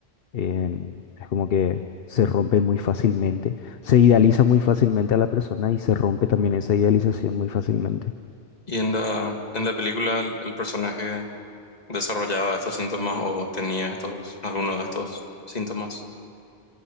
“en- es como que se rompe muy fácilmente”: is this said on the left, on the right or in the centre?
Left